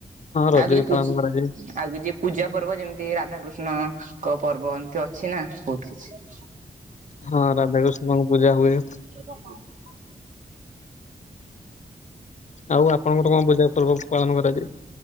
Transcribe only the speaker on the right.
ହଁ କିଛି
ପୂ
ଆଉ କିଛି ପୂଜା ପର୍ବ ଯେମିତି ରାଧାକୃଷ୍ଣଙ୍କ ପର୍ବ ଏମିତି ଅଛି ନା ବହୁତ କିଛି
ଏଇଟା କଣ?